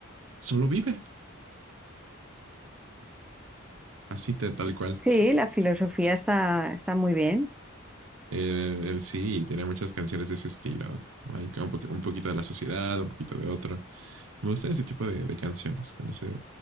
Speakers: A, on the right; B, in the centre.
A: solo vive. Así te, tal cual.
B: sí, la filosofía está, está muy bien.
A: Eh, él sí tiene muchas canciones de ese estilo. Hay un, po- un poquito de la sociedad, un poquito de otro. Me gustan ese tipo de, de canciones. Con ese...